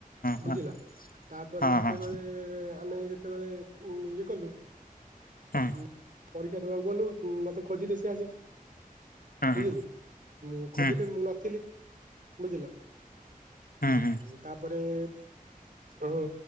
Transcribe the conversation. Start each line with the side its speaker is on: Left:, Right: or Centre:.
Left: ହଁ
Right: ବୁଝିଲ? ତାପରେ
Left: ହଁ
Right: ସେତେବେଳେ
Left: ହଁ
Right: ଆମେ ତେବେଳେ ଉଁ ଇଏ କଲୁ
Left: ହଁ
Right: ଉଁ ପରୀକ୍ଷା ଦବାକୁ ଗଲୁ କୁଁ ମତେ ଖୋଜିଲେ ସିଏ ଆସିକି।
Left: ହୁଁ ହୁଁ
Right: ବୁଝିଲେ? ମୁଁ ଖୋଜିଲେ
Left: ହୁଁ
Right: ମୁଁ ନଥିଲି ବୁଝିଲ?
Left: ହୁଁ ହୁଁ
Right: ଉଁ ତାପରେ ଓ